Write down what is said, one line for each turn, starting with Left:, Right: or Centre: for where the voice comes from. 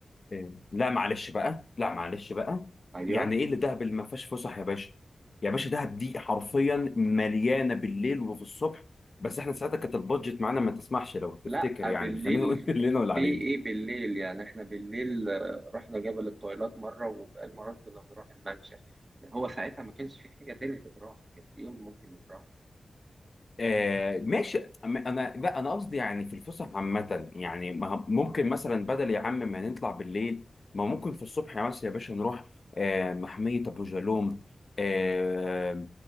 Left: إيه. لا معلش بقى لا معلش بقى
Right: أيوه
Left: يعني ايه اللي دهب اللي ما فيهاش فسح يا باشا يا باشا دهب دي حرفيا مليانه بالليل وفي الصبح بس احنا ساعتها كانت البادجت معانا ما تسمحش لو تفتكر
Right: لا
Left: يعني
Right: بالليل
Left: خلينا نقول <laughs> اللي لنا واللي
Right: في
Left: علينا
Right: إيه بالليل يعني إحنا بالليل آه، رحنا جبل الطويلات مرة وبقال مرات كنا بنروح الممشى هو ساعتها ما كانش في حاجة تاني تتراح كان في إيه ممكن يتراح؟
Left: آه ماشي أم- انا لا انا قصدي يعني في الفسح عامه يعني ما هم- ممكن مثلا بدل يا عم ما نطلع بالليل ما ممكن في الصبح يا مثلا يا باشا نروح آه محميه ابو جالوم آه